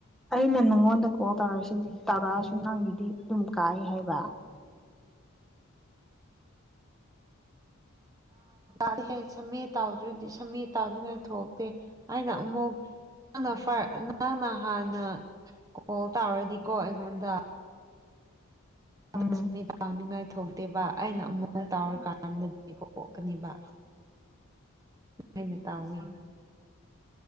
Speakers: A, in the centre; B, on the right (about 15°).
A: ꯑꯩꯅ ꯅꯪꯉꯣꯟꯗ ꯀꯣꯜ ꯇꯧꯔꯛꯑꯁꯤ ꯇꯧꯔꯛꯑꯁꯨ ꯅꯪꯒꯤꯗꯤ ꯑꯗꯨꯝ ꯀꯥꯏ ꯍꯥꯏꯕ꯫
B: ꯥꯍꯦ ꯁꯝꯃꯤꯠ ꯇꯥꯎꯗ꯭ꯔꯗꯤ ꯁꯝꯃꯦꯠ ꯇꯥꯎꯅꯤꯉꯩ ꯊꯣꯛꯇꯦ ꯍꯥꯏꯅ ꯑꯃꯨꯛ ꯅꯪꯅ ꯍꯥꯟꯅ ꯀꯣꯜ ꯇꯥꯎꯔꯗꯤꯀꯣ ꯑꯩꯉꯣꯟꯗ <unintelligible>
A: ꯎꯝ
B: ꯊꯣꯛꯇꯦꯕ ꯑꯩꯅ ꯑꯃꯨꯛ ꯇꯥꯎꯔꯀꯥꯟꯗꯗꯤ ꯊꯣꯛꯀꯅꯤꯕ ꯁꯨꯃꯥꯏꯅ ꯇꯥꯎꯋꯤ